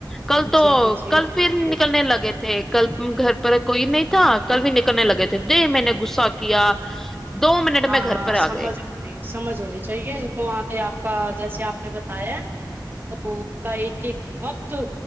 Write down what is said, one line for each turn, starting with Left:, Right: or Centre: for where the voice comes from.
Centre: کل تو
Right: جی جی
Centre: کل پھر نکلنے لگے تھے تو کل گھر پر کوئی نہیں تھا کل بھی نکلنے لگے تھے دے میں نے غصہ کیا دو منٹ
Right: ہاں
Centre: میں گھر پر آ
Right: سمجھ
Centre: گئے
Right: سمجھ ہونی چاہیے ان کو وہاں پ آپ کا جیسے آپ نے بتایا تو کا ایک ایک وقت